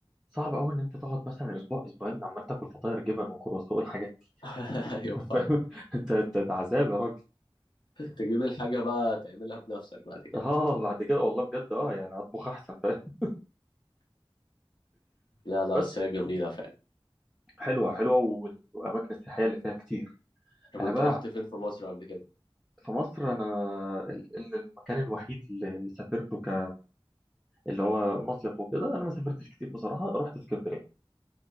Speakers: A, in the centre; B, on the left (about 55°).
A: صعب قوي ان انت تقعد مثلا اسبوع اسبوعين عمال تاكل فطاير جبن وكرواسون والحاجات
B: <laughs> ايوه
A: دي،
B: فاهم
A: فاهم <laughs> انت انت ده عذاب يا راجل
B: تجيب الحاجة بقى تعملها بنفسك بعد كده
A: اه بعد كده والله بجد اه يعني اطبخ احسن فاهم
B: لا لا
A: بس
B: بس هي جميلة فعلا
A: حلوة حلوة وال- والاماكن السياحية اللي فيها كتير
B: طب
A: انا
B: انت
A: بقى
B: رحت فين في مصر قبل كده
A: في مصر انا ال- ال- المكان الوحيد اللي اللي سافرته ك اللي هو مصيف وكده انا ما سافرتش كتير بصراحة رحت اسكندرية